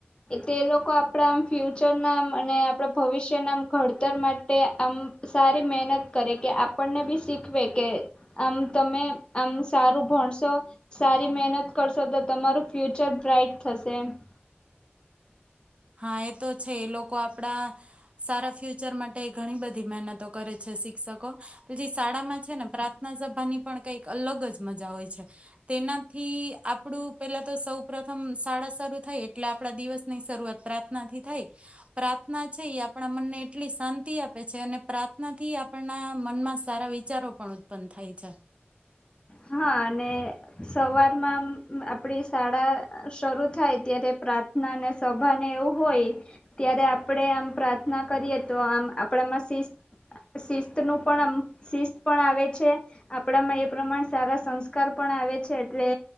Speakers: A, on the left (about 25°); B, on the right (about 30°).
A: તે લોકો આપણા આમ ફ્યુચર ના અને આપણા ભવિષ્યના આમ ઘડતર માટે આમ સારી મહેનત કરે કે આપણને બી શીખવે કે આમ તમે આમ સારું ભણશો સારી મહેનત કરશો તો તમારું ફ્યુચર બ્રાાઈટ થસે એમ
B: હા એ તો છે એ લોકો આપડા સારા ફ્યુચર માટે ઘણી બધી મહેનતો કરે છે શિક્ષકો પછી શાળામાં છે ને પ્રાર્થના સભાની પણ કઈક અલગ જ મજા હોય છે તેનાથી આપણું પેલા તો સૌ પ્રથમ શાળા શરૂ થઈ એટલે આપણા દિવસની શરૂઆત પ્રાર્થનાથી થાય પ્રાર્થના છે એ આપણા મનને એટલી શાંતિ આપે છે અને પ્રાર્થનાથી આપના મનમાં સારા વિચારો પણ ઉત્પન્ન થાય છે.
A: હા અને સવારમાં આમ આપડી શાળા શરૂ થાય ત્યારે પ્રાર્થના અને સભા ને એવું હોય ત્યારે આપડે આમ પ્રાર્થના કરીએ તો આમ આપડામાં શિસ્ત શિસ્તનું પણ આમ શિસ્ત પણ આવે છે આપણામાં એ પ્રમાણ સારા સંસ્કાર પણ આવે છે એટલે